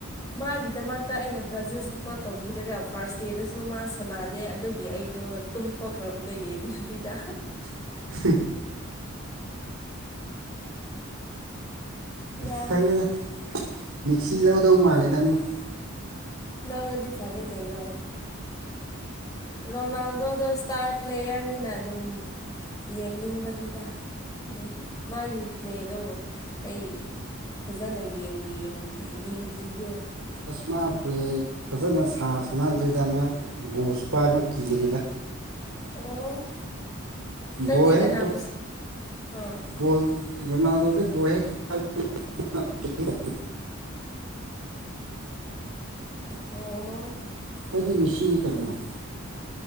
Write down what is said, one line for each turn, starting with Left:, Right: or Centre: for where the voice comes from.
Left: ꯃꯥꯒꯤꯗꯃꯛꯇ ꯑꯩꯅ ꯕ꯭ꯔꯥꯖꯤꯜ ꯁꯞꯄꯣꯔꯠ ꯇꯧꯕꯤꯔꯒ ꯐꯥꯔꯁ ꯗꯦꯗꯁꯨ ꯃꯥ ꯁꯥꯟꯅꯗꯦ ꯑꯗꯨꯒꯤ ꯑꯩꯗꯣ ꯇꯨꯝꯊꯣꯛꯈ꯭ꯔꯕꯅꯦ ꯌꯦꯡꯗꯕꯤꯗ
Right: <unintelligible>
Left: ꯌꯥꯝ
Right: ꯈꯪꯉꯦ ꯃꯤꯁꯤ ꯂꯧꯗꯧ ꯃꯥꯜꯂꯦꯗ ꯑꯃꯨꯛ
Left: ꯂꯧꯔꯗꯤ ꯐꯔꯦ ꯀꯩꯅꯣ ꯔꯣꯅꯥꯜꯗꯣꯗ ꯏꯁꯇꯥꯔ ꯄ꯭ꯂꯦꯌꯔꯅꯤꯅ ꯑꯗꯨꯝ ꯌꯦꯡꯅꯤꯡꯕꯅꯤꯗꯥ ꯑꯗꯨꯝ ꯃꯥꯒꯤ ꯄ꯭ꯂꯦꯗꯣ ꯑꯩ ꯐꯖꯅ ꯌꯦꯡꯕꯨ ꯌꯦꯡꯗ꯭ꯔꯤꯌꯦ ꯌꯦꯡꯗ꯭ꯔꯤꯌꯦ
Right: ꯑꯁ ꯃꯥ ꯄ꯭ꯂꯦ ꯐꯖꯅ ꯁꯥ ꯁꯅꯥꯟꯗ꯭ꯔꯤꯗ ꯃꯥ ꯕꯣꯁꯁꯨ ꯄꯥꯏꯕ ꯀꯤꯔꯤꯗ
Left: ꯑꯣ ꯅꯪꯗꯤ
Right: ꯕꯣꯍꯦꯛ
Left: ꯀꯅꯥꯕꯨ
Right: ꯄ
Left: ꯑꯥ
Right: ꯕꯣꯜ ꯔꯣꯅꯥꯜꯗꯣꯗꯤ ꯕꯣ ꯍꯦꯛ <unintelligible>
Left: ꯑꯣ
Right: ꯑꯩꯗꯤ ꯃꯦꯁꯤꯅꯤ ꯀꯩꯅꯣ